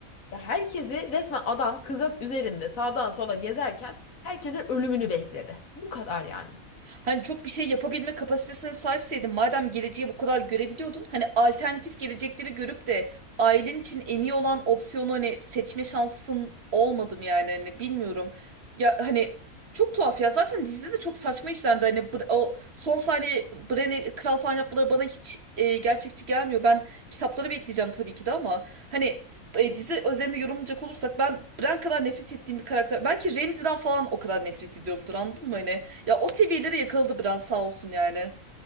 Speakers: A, on the left; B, on the right.
A: ya herkesi resmen adam kızak üzerinde sağdan sola gezerken herkesin ölümünü bekledi. Bu kadar yani.
B: Hani çok bir şey yapabilme kapasitesine sahipseydin madem geleceği bu kadar görebiliyordun hani alternatif gelecekleri görüp de ailen için en iyi olan opsiyonu hani seçme şansın olmadım yani hani bilmiyorum. Ya hani çok tuhaf ya zaten dizide de çok saçma işlendi hani Br- o son saniye Bren'i kral falan yapmaları bana hiç e, gerçekçi gelmiyor. Ben kitapları bekleyeceğim tabii ki de ama hani e, dizi özelinde yorumlayacak olursak ben Bran kadar nefret ettiğim bir karakter. Belki Ramsay'den falan o kadar nefret ediyorumdur anladın mı hani? Ya o seviyelere yakaladı Bran sağ olsun yani.